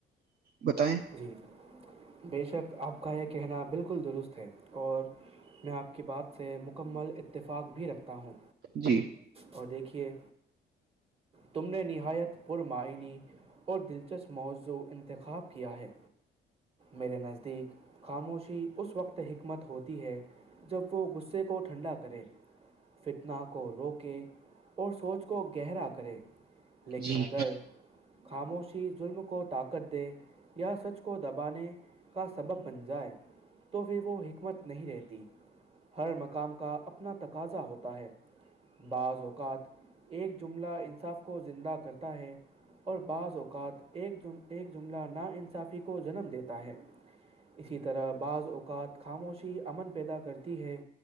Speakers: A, on the right; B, on the right.
A: بتائیں <inaudible>
B: جی بے شک آپ کا یہ کہنا بالکل درست ہے اور میں آپ کی بات سے مکمل اتفاق بھی رکھتا ہوں
A: جی
B: اور دیکھیے تم نے نہایت پر معنی اور دلچسپ موضوع انتخاب کیا ہے میرے نزدیک خاموشی اس وقت حکمت ہوتی ہے جب وہ غصے کو ٹھنڈا کرے فتن کو روکے اور سوچ کو گہرا کرے لیکن
A: جی
B: اگر خاموشی ظلم کو طاقت دے یا سچ کو دبانے کا سبب بن جائے تو پھر وہ حکمت نہیں رہتی ہر مقام کا اپنا تقاضا ہوتا ہے بعض اوقات ایک جملہ انصاف کو زندہ کرتا ہے اور بعض اوقات ایک ایک جملہ نا انصافی کو جنم دیتا ہے اسی طرح بعض اوقات خاموشی امن پیدا کرتی ہے